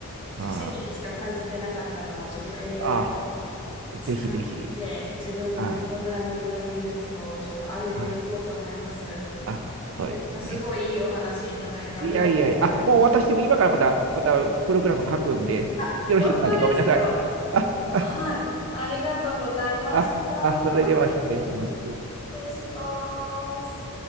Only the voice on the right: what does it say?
ま
あ、あ、
ぜひぜひ。
はい。はい。あ、そうですよね。
いやいやいや、あ、もう私も今からまた、またプログラム書くんで、
よろしいですかね。
ごめんなさい。あ、
あ、
あ、あ、あそれでは失礼します。